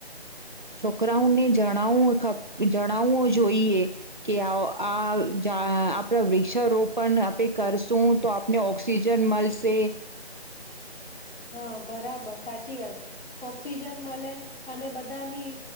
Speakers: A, on the right; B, on the left.
A: છોકરાઓને જણાવું ખ જણાવું જોઈએ કે, આ આપણા ઝા વૃક્ષારોપણ આપે કરશું તો આપને ઓક્સિજન મળશે.
B: હા! બરાબર સાચી વાત, ઓક્સિજન મળે, અને બધાની